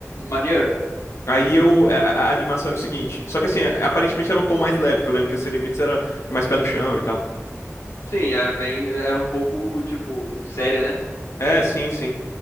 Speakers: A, on the left; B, on the left.
A: Maneiro?
B: Aí eu. A, a animação era o seguinte. Só que assim, aparentemente era um tom mais leve, que eu lembro que o Sem Limites era mais pé no chão e tal.
A: Sim, era bem, era um pouco, tipo, séria, né?
B: É, sim, sim.